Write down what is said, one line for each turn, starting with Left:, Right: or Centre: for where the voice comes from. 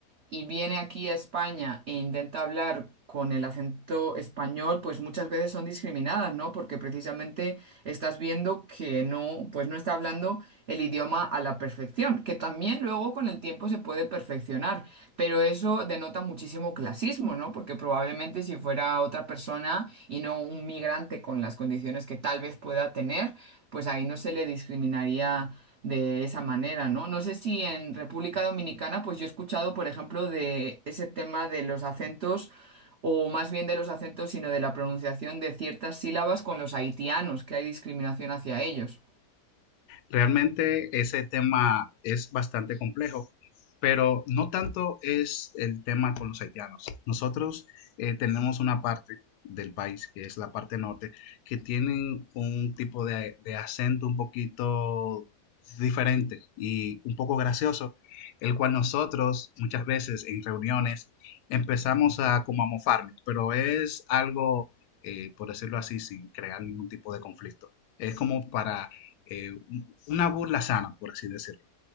Right: y viene aquí a España e intenta hablar con el acento español, pues muchas veces son discriminadas, ¿no? Porque precisamente estás viendo que no, pues no está hablando el idioma a la perfección, que también luego con el tiempo se puede perfeccionar, pero eso denota muchísimo clasismo, ¿no? Porque probablemente si fuera otra persona y no un migrante con las condiciones que tal vez pueda tener, pues ahí no se le discriminaría de esa manera, ¿no? No sé si en República Dominicana, pues yo he escuchado, por ejemplo, de ese tema de los acentos, o más bien de los acentos, sino de la pronunciación de ciertas sílabas con los haitianos, que hay discriminación hacia ellos.
Left: Realmente ese tema es bastante complejo, pero no tanto es el tema con los haitianos. Nosotros eh, tenemos una parte del país, que es la parte norte, que tienen un tipo de, de acento un poquito diferente y un poco gracioso, el cual nosotros muchas veces en reuniones empezamos a como a mofarnos, pero es algo, eh, por decirlo así, sin crear ningún tipo de conflicto. Es como para eh, una burla sana, por así decirlo.